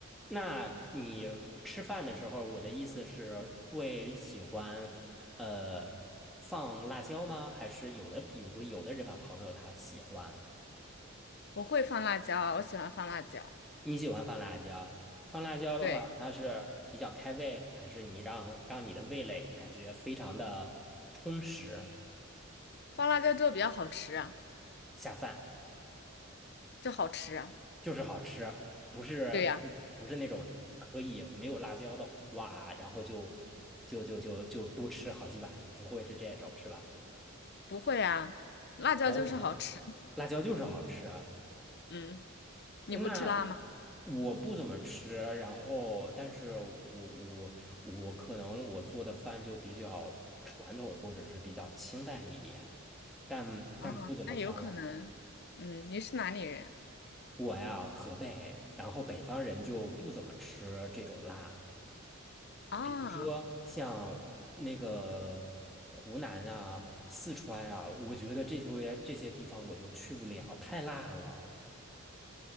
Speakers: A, in the centre; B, on the left (about 50°).
A: 那你吃饭的时候，我的意思是会喜欢呃放辣椒吗？还是有的，比如说有的日本朋友他喜欢，
B: 我会放辣椒啊，我喜欢放辣椒。
A: 你喜欢放辣椒？放辣椒的话，
B: 对，
A: 它是比较开胃，还是你让让你的味蕾感觉非常的充实
B: 放辣椒之后比较好吃啊，
A: 下饭？
B: 就好吃啊。
A: 就是好吃，不是
B: 对呀，
A: 不是那种可以没有辣椒的哇，然后就就就就就多吃好几碗，不会是这种是吧？
B: 不会啊，辣椒就是好吃。
A: 哦，辣椒就是好吃。
B: 嗯，你不吃辣吗？
A: 那我不怎么吃，然后但是我我我可能我做的饭就比较传统，或者是比较清淡一点，但但不怎么放辣。
B: 啊，那有可能。嗯，你是哪里人
A: 我呀，河北，然后北方人就不怎么吃这种辣。
B: 啊？
A: 比如说像那个湖南啊、四川啊，我觉得这些这些地方我就去不了，太辣了，